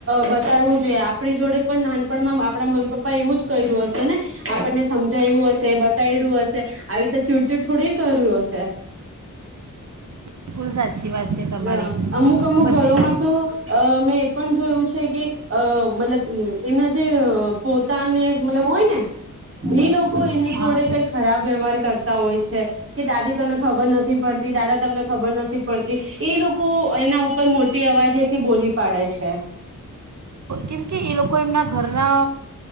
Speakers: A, on the right; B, on the right.
A: બ કરવું જોઈએ આપણી જોડે પણ ના પણ આપણા મમ્મી પપ્પા એવું જ કર્યું હશે ને, આપણને સમજાય્યું હશે, બતાવીડ્યું હશે, આવી રીતે ચૂડચીડ થોડી કર્યું હશે.
B: બિલકુલ સાચી વાત છે તમારી
A: હ અમુક અમુક
B: બધી
A: ઘરોમાં તો અ મેં એ પણ જોયું છે કે અ મતલબ એના જે પોતાને મતલબ હોય ને એ લોકો એની
B: હા
A: જોડે કઈ ખરાબ વ્યવહાર કરતા. હોય છે. કે દાદી તમને ખબર નથી પડતી. દાદા તમને ખબર નથી પડતી એ લોકો એના ઉપર મોટી અવાજ એથી બોલી પાડે છે.
B: કેમકે એ લોકો એમના ઘરના